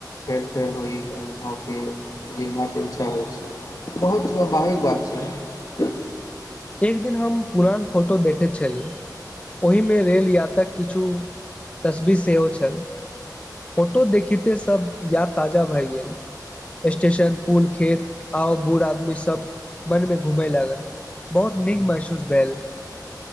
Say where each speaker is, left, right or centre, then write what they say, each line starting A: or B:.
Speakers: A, on the left; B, on the left.
A: फेर फेर ओहि अनुभवकेँ लेल अच्छा होइ छै बहुत स्वाभाविक बात छै
B: एक दिन हम पुरान फोटो देखैत छलहुँ ओहिमे रेल यात्राक किछु तस्वीर सेहो छल फोटो देखिते सभ याद ताजा भए गेल स्टेशन पुल खेत आओ बूढ़ आदमीसभ मनमे घुमय लागल बहुत नीक महसूस भेल